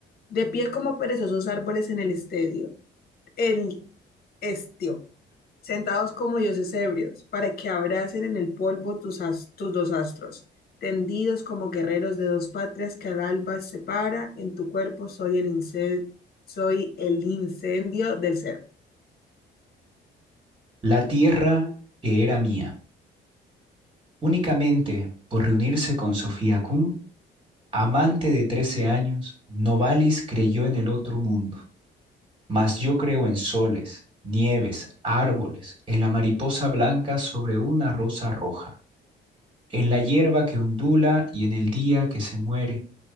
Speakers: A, on the left; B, on the right.
A: De pie como perezosos árboles en el estadio, el estio, sentados como dioses ebrios, para que abracen en el polvo tus, as- tus dos astros, tendidos como guerreros de dos patrias que al alba separa, en tu cuerpo soy el ince- soy el incendio del ser.
B: La tierra que era mía, únicamente por reunirse con Sofía Kuhn, amante de 13 años, Novalis creyó en el otro mundo Mas yo creo en soles, nieves, árboles, en la mariposa blanca sobre una rosa roja, en la hierba que ondula y en el día que se muere,